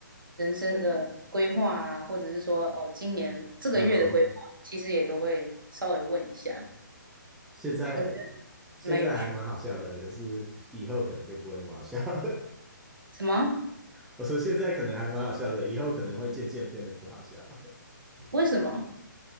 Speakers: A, on the right; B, in the centre.
A: 人生的规划啊，或者是说哦，今年这个月的规划，
B: 呃，
A: 其实也都会稍微问一下，
B: 现在
A: 我觉
B: 现在还蛮好笑的，
A: 得蛮有趣。
B: 可是以后可能就不会那么好笑了。
A: 什么？
B: <laughs> 我说现在可能还蛮好笑的，以后可能会渐渐变得不好笑，
A: 为什么？